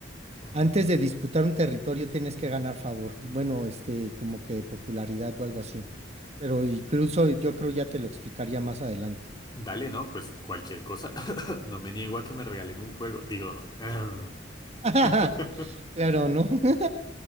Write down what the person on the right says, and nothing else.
Antes de disputar un territorio tienes que ganar favor. Bueno, este, como que popularidad o algo así. Pero incluso yo creo ya te lo explicaría más adelante.
<laughs>
Claro, ¿no? <laughs>